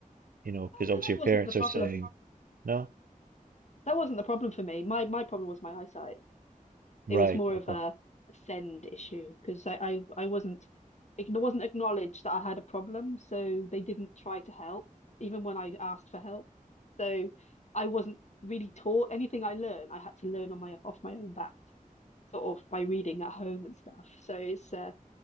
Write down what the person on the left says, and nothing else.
Oh
no, that
wasn't
the problem.
That wasn't the problem for me. My my problem was my eyesight.
it was more
of a send issue because I, I I wasn't it wasn't acknowledged that I had a problem, so they didn't try to help even when I asked for help. So I wasn't really taught anything I learned. I had to learn on my off my own back, sort of by reading at home and stuff. So it's uh,